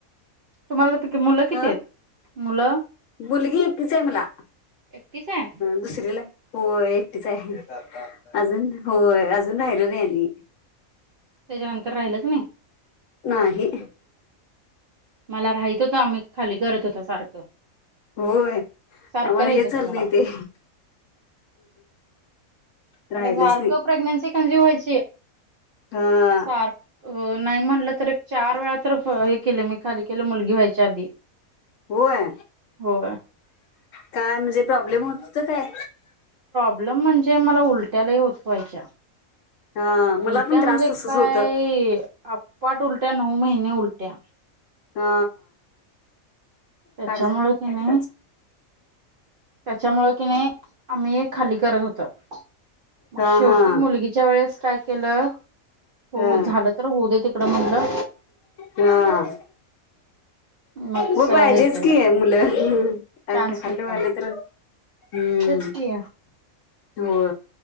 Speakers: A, on the right; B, on the left.
A: तुम्हाला मुलं किती
B: ह
A: आहेत मुलं
B: मुलगी एकटीच आहे मला
A: एकीच आहे
B: दुसरीला होय एकटीच आहे अजून हो अजून राहिलो नाही म
A: त्याच्यानंतर राहिलच नाही
B: नाही
A: मला राहत होतं आम्ही खाली करत होता सारखं
B: होय आम्हाला
A: सारखं राहित
B: हेच
A: होतं
B: झालं
A: मला
B: नाही ते राहिलच
A: म्हण सारखं
B: नाही
A: प्रेग्ननसी कंझ्युम व्हायची
B: हा
A: सार अ नाही म्हणलं तर एक चार वेळा तर हे केले मी खाली केलं मुलगी व्हायच्या आधी
B: होय
A: हो
B: काय म्हणजे प्रॉब्लेम होत काय
A: प्रॉब्लेम म्हणजे मला उलट्यालाही होत व्हायच्या
B: हा मला
A: उलट्या
B: पण
A: म्हणजे
B: त्रास तसच
A: काय
B: होत
A: आप पाट उलट्या नऊ महिने्या उलट्या
B: हा
A: त्याच्यामुळे
B: कर्ज
A: कि
B: पट
A: नाही
B: कज
A: त्याच्यामुळे कि नाही आम्ही खाली करत होत मग
B: हा
A: शेवटी
B: हा
A: मुलगीच्या वेळेस काय केलं हो
B: हा
A: झालं तर होऊ दे तिकडं म्हटलं
B: हा
A: मग
B: हो पाहिजेच
A: हे केलं
B: की आहे मुलं
A: चान्स
B: खाल्लं
A: घेतला
B: वालं
A: मग
B: तर हम्म
A: तेच की
B: हो